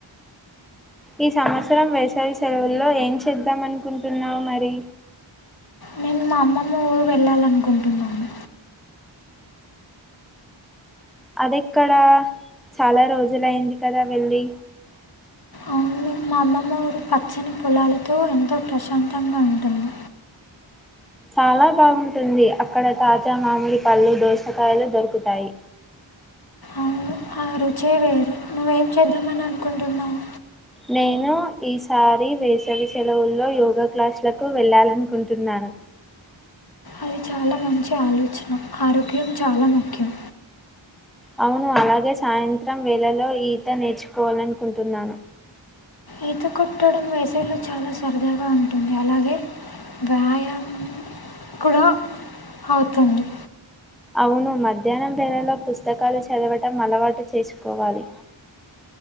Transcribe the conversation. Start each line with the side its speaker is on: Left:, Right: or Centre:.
Centre: ఈ సంవత్సరం వేసవి సెలవుల్లో ఏం చేద్దాం అనుకుంటున్నావు మరి.
Left: నేను మా అమ్మమ్మ ఊరు వెళ్ళాలనుకుంటున్నాను.
Centre: అదిక్కడ చాలా రోజులయింది. కదా వెళ్లి
Left: అవును మా అమ్మమ్మ ఊరు పచ్చని పొలాలతో ఎంతో ప్రశాంతంగా ఉంటుంది.
Centre: చాలా బాగుంటుంది. అక్కడ తాజా మామిడి పళ్ళు, దోసకాయలు దొరుకుతాయి.
Left: అవును ఆ రుచేవేరు నువ్వేం చేద్దామని అనుకుంటన్నా రన్నా
Centre: నేను ఈసారి వేసవి సెలవుల్లో యోగా క్లాసులకు వెళ్ళాలనుకుంటున్నాను.
Left: అది చాలా మంచి ఆలోచన ఆరోగ్యం చాలా ముఖ్యం
Centre: అవును అలాగే సాయంత్రం వేళలో ఈత నేర్చుకోవాలనుకుంటున్నాను
Left: ఈత కొట్టడం వేసవిలో చాలా సరదాగా ఉంటుంది అలాగే వ్యాయామం కూడా అవుతుంది
Centre: అవును మధ్యాహ్నం వేళలో పుస్తకాలు చదవటం అలవాటు చేసుకోవాలి